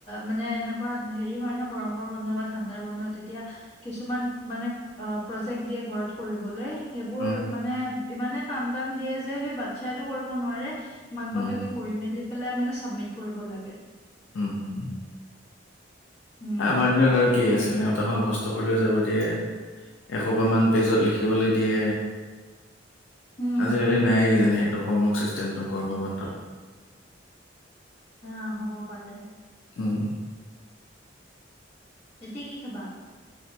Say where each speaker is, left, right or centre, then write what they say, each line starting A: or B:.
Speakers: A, on the left (about 35°); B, on the left (about 80°).
A: মানে এনেকুৱা হেৰি হয় ন গৰমৰ বন্ধ বা ঠাণ্ডা <unintelligible> বন্ধত তেতিয়া কিছুমান মানে অ প্ৰজেক্ট দিয়ে ঘৰত কৰিবলৈ সেইবোৰ
B: উম,
A: মানে ইমানে টান টান দিয়ে যে সেই বাচ্ছাইো কৰিব নোৱাৰে মাক
B: উম,
A: বাপেকে- মিলি পেলাই মানে চাবমিট কৰিব লাগে <inaudible>
B: উম, উম।
A: উম
B: আমাৰ দিনত আৰু কি আছিল নেওতাখন ঘসস্থ কৰি লৈ যাব দিয়ে- এসোপ মান পেজত লিখিবলৈ দিয়ে
A: উম
B: আজিকালি নাই কিজানিহেতে- দশমক ছিষ্টেমটো কৰ্মবন্ধত <inaudible>
A: হ হ'ব পাৰে
B: উম
A: এতিয়া কি খাবা